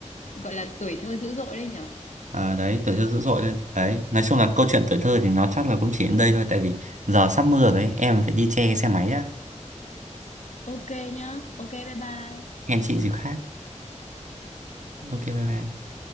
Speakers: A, on the left; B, on the right.
A: gọi là tuổi thơ dữ dội đấy nhở
B: Ờ, đấy tuổi thơ dữ dội đấy đấy nói chung là câu chuyện tuổi thơ thì nó chắc là cũng chỉ đến đây thôi tại vì giờ sắp mưa rồi ấy, em phải đi che cái xe máy đã
A: ok nhá ok bye bye
B: hẹn chị dịp khác ok bye bye